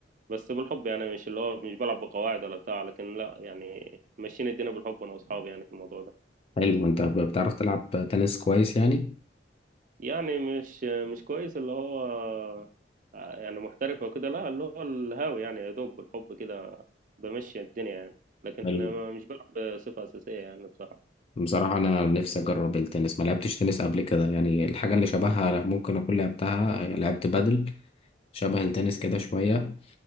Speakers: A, on the right (about 45°); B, on the left (about 30°).
A: بس بالحب يعني مش اللي هو مش بلعب بقواعد ولا بتاع لكن لا يعني ماشيين الدنيا بالحب انا واصحابي يعني في الموضوع ده
B: حلو انت ب- بتعرف تلعب تنس كويس يعني
A: يعني مش مش كويس اللي هو يعني محترف او كده لا اللي هو الهاوي يعني يا دوب بالحب كده بمشي الدنيا يعني لكن
B: حلو.
A: ما- مش بلعب بصفة أساسية يعني بصراحة
B: بصراحة أنا نفسي أجرب التنس ما لعبتش تنس قبل كده يعني الحاجة اللي شبهها ممكن أكون لعبتها لعبت بادل شبه التنس كده شوية